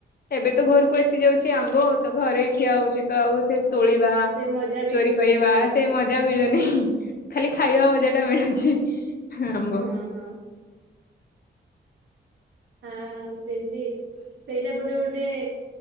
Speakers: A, on the left (about 50°); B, on the right (about 80°).
A: ଏବେ ତ ଘରକୁ ଆସି ଯାଉଛି ଆମ୍ବ ତ ଘରେ ଖିଆ ହୋଉଚି ତ ଆଉ ସେ ତୋଳିବା
B: ସେ ମଜା ବି
A: ଚୋରି
B: ମିଳୁନଥିବ।
A: କରିବା ସେ ମ ମଜା ମିଳୁନି ଖାଲି ଖାଇବା ମଜା ଟା ମିଳୁଛି। ଆମ୍ବ
B: ହଁ ହଁ। ହଁ ସେମତି ସେଇଟା ଗୋଟେ ଗୋଟେ